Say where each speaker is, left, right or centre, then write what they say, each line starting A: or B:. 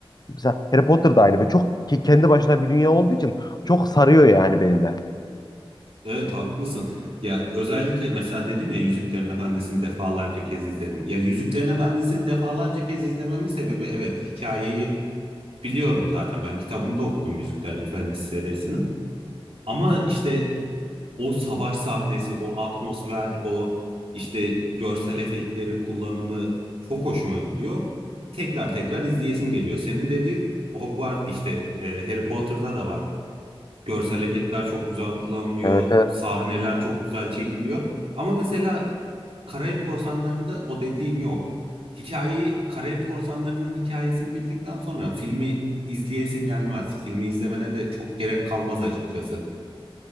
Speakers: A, on the left; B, on the right.
A: Mesela Harry Potter da aynı. Böyle çok ke- kendi başına bir dünya olduğu için çok sarıyor yani beni de.
B: Evet haklısın. Ya özellikle mesela dedim ya Yüzüklerin Efendisi'ni defalarca kez izledim. Ya Yüzüklerin Efendisi'ni defalarca kez izlememin sebebi evet hikayeyi biliyorum zaten. Ben kitabını da okudum Yüzüklerin Efendisi serisinin. Ama işte o savaş sahnesi, o atmosfer, o işte görsel efektlerin kullanımı çok hoşuma gidiyor. Tekrar tekrar izleyesim geliyor. Senin dediğin Hogwarts işte e, Harry Potter'da da var. Görsel efektler çok güzel kullanılıyor.
A: Evet evet.
B: Sahneler çok güzel çekiliyor. Ama mesela Karayip Korsanları'nda o dediğin yok. Hikayeyi, Karayip Korsanları'nın hikayesini bildikten sonra filmi izleyesin gelmez. Filmi izlemene de çok gerek kalmaz açıkçası.